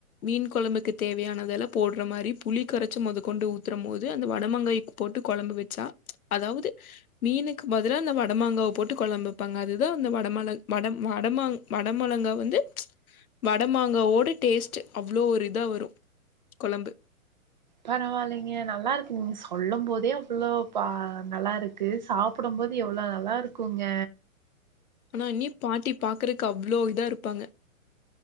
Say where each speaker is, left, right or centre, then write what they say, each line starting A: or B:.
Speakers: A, on the left (about 75°); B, on the right (about 35°).
A: மீன் குழம்புக்கு தேவயானதெல்லா போடுற மாதிரி புளி கரச்சு மொத கொண்டு ஊத்றம் போது அந்த வடமாங்காய போட்டு கொழம்பு வெச்சா அதாவ்து மீனுக்கு பதிலா அந்த வடமாங்காவ போட்டு கொழம்பு வெப்பாங்க அதுதா அந்த வடமால வட வடமாங் வட மொளங்கா வந்து வடமாங்காவோட டேஸ்ட்டு அவ்ளோ ஒரு இதா வரு கொழம்பு
B: பரவால்லங்கெ நல்லா இருக்குங்க சொல்லம் போதே அவ்ளோ பா நல்லாருக்கு சாப் ப்டும் போது எவ்ளோ நல்லா இருக்குங்க
A: ஆனா இனி பாட்டி பாக்றக்கு அவ்ளோ இதா இருப்பாங்க